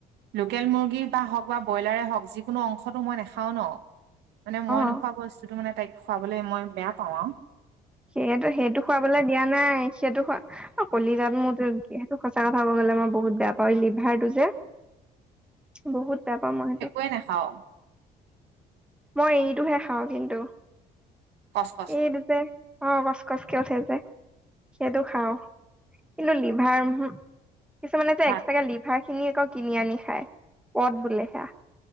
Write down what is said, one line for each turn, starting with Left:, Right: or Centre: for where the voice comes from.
Right: লোকেল মুৰ্গীৰ বা হওক বা ব্ৰইলাৰে হওক যিকোনো অংশটো মই নাখাওঁ ন। মানে
Centre: অ',
Right: মই নোখোৱা বস্তুটো মানে তাইক খুৱাবলে মই বেয়া পাওঁ আও।
Centre: সেইয়েটো সেইটো খোৱাবলৈ দিয়া নাই সেইটো খোৱা- অ কলিজাত মোৰ সেইটো সঁচা কথা ক'ব গ'লে মই বহুত বেয়া পাওঁ এই লিভাৰটো যে। বহুত বেয়া পাওঁ মই সেইটো।
Right: নে নেখাওঁ।
Centre: মই এইটোহে খাওঁ কিন্তু
Right: কচ কচটো
Centre: এইটো দুটাই- অঁ কচ কচ কে উঠে যে সেইটো খাওঁ কিন্তু লিভাৰ উমহু। কিছুমানে যে
Right: ভাত
Centre: এক্সট্ৰাকে আকৌ লিভাৰ খিনি আকৌ কিনি আনি খায় পদ বোলে সেয়া।